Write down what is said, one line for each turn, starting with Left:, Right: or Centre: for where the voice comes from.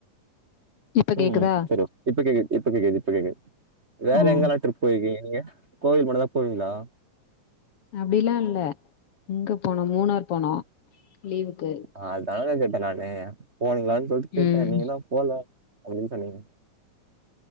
Left: இப்ப
Right: உம்
Left: கேக்குதா
Right: உம் சரி ஓகே இப்ப கேக்குது இப்ப கேக்குது இப்ப கேக்குது வேற
Left: ம்
Right: எங்கெல்லா ட்ரிப் போயிருக்கீங்க நீங்க கோவில் மட்டுந்தா போவீங்களா
Left: அப்டிலா இல்ல இங்க போனோ மூணார் போனோ லீவுக்கு
Right: அஹ் அதுதாங்க கேட்ட நானு போனீங்களான்னு சொல்ட்டு கேட்டே
Left: ம்
Right: நீங்க தா போல <unintelligible>